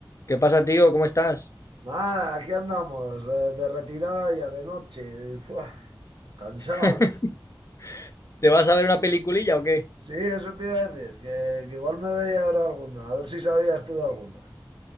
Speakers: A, on the left (about 40°); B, on the right (about 85°).
A: ¿Qué pasa, tío? ¿Cómo estás?
B: Nada, aquí andamos, eh, de retirada ya de noche, <laughs> Fua, cansado.
A: <laughs> ¿Te vas a ver una peliculilla o qué?
B: Sí, eso te iba a decir, que, que igual me veía ahora alguna, a ver si sabías tú de alguna.